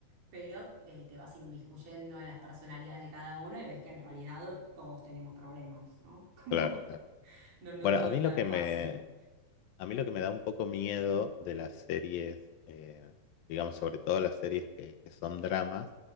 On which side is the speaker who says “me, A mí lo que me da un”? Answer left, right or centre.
Left